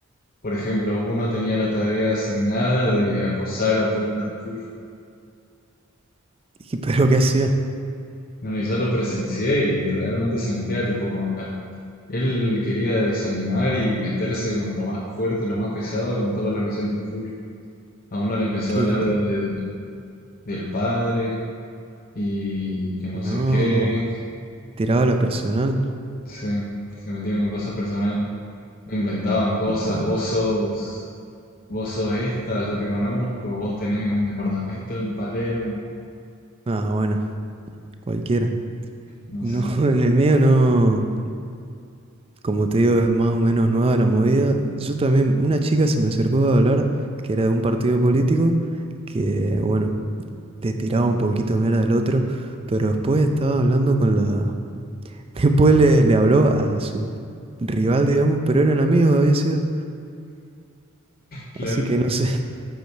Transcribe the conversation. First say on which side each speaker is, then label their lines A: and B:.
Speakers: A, on the left; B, on the right.
A: por ejemplo, uno tenía la tarea asignada de acosar a todos los del Fulf.
B: ¿Y pero qué hacía?
A: No, y yo lo presencié y realmente se metía tipo con la... Él quería desanimar y meterse con lo más fuerte y lo más pesado con todos los que sean del Fulf. A uno le empezó
B: ¿Qué
A: a hablar
B: dijo?
A: de, de- del padre y que no
B: No.
A: sé qué.
B: ¿Tiraba la personal?
A: Sí, se metían con cosas personales. Inventaban cosas,
B: No.
A: vos sos Vos sos esta, yo te conozco, vos tenés un departamento en Palermo,
B: Ah, bueno, cualquiera.
A: no
B: No,
A: sé,
B: <laughs> en el mío no. Como te digo, es más o menos nueva la movida. Yo también, una chica se me acercó a hablar que era de un partido político que, bueno, te tiraba un poquito de mierda al otro, pero después estaba hablando con la Después le, le habló a su rival, digamos, pero eran amigos, había sido.
A: claro.
B: Así que no sé, <laughs>